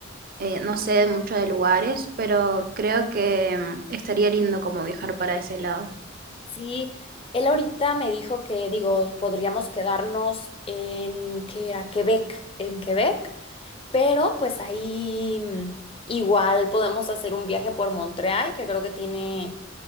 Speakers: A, on the right (about 50°); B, on the left (about 30°).
A: eh, no sé mucho de lugares, pero creo que mm, estaría lindo como viajar para ese lado.
B: Sí, él ahorita me dijo que, digo, podríamos quedarnos en, que era? Quebec, en Quebec, pero pues ahí mm, igual podemos hacer un viaje por Montreal, que creo que tiene,